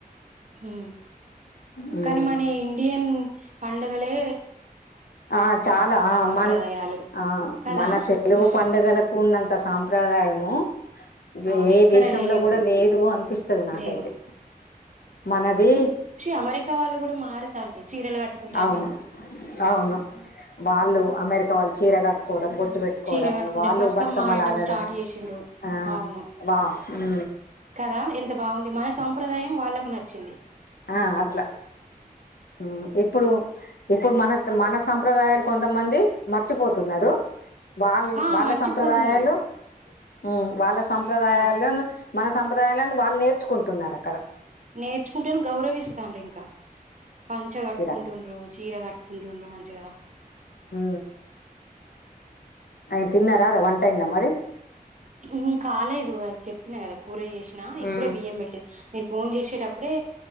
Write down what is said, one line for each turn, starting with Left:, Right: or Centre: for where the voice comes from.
Right: హు
Left: మ్మ్
Right: కాని మాన ఇండియన్ పండగలే
Left: ఆ చాలా ఆ
Right: సంప్రదాయాలు
Left: మన్ ఆ
Right: కదా
Left: మన తెలుగు
Right: ఉమ్
Left: పండుగలకు ఉన్నంత్ త సంప్రదాయాము వే
Right: అవును
Left: ఎ
Right: ఎక్కడ
Left: దేశంలో
Right: లేవు
Left: కూడా లేదు అనిపిస్తది నాకైతే
Right: లేవు
Left: మనదీ
Right: అమరికా వాళ్ళు కూడా మారుతండ్రు చీరలు కట్టుకుంటాడ్రు
Left: అవును అవును వాళ్ళు అమెరికా వాళ్ళు చీర కట్టుకోవడం బొట్ టు పెట్టుకోవడము
Right: చీర కట్టుకుంటాను
Left: వాళ్ళు
Right: బతుకమ్మ
Left: బతుకమ్మలాడడము
Right: ఆడటం స్టార్ట్ చేసిండ్రు
Left: ఆ
Right: అవును
Left: వా హు
Right: కదా ఎంత బావుంది మన సాంప్రదాయం వాళ్ళకు నచ్చిది
Left: ఆ అట్ల హా ఇప్పుడు ఇప్పుడు మనత్ మన సంప్రదాయాల్ కొంతమంది మర్చిపోతున్నారు వాళ్
Right: ఆ
Left: వాళ్ళ
Right: మర్చిపోతున్నారు
Left: సంప్రదాయాలు హు వాళ్ళ సంప్రదాయాల్లను
Right: ఆ
Left: మన సంప్రదాయాలను వాళ్ళు నేర్చుకుంటున్నారు అక్కడ
Right: నేర్చుకుంటేన్ గౌరవిస్తానండ్రు ఇంకా పంచ కట్టుకుంటుండ్రు
Left: కిరా
Right: చీర కట్ కుంటున్రు మంచిగా
Left: హు అయ్ తిన్నారార వంట అయిందామరి
Right: హు కాలేదు ఆ చెప్పిన కదా కూర చేసినా ఇప్పుడే
Left: ఉమ్,
Right: బియ్యం పెట్టినా మీరు ఫోన్ చేసేటప్ ప్పుడే